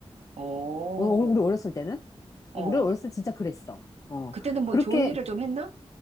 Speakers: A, on the right; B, on the left.
A: 오,
B: 어, 우리 어렸을 때는?
A: 어.
B: 어, 우리 어렸을 때 진짜 그랬어. 어,
A: 그때는 뭐
B: 그렇게,
A: 좋은 일을 좀 했나?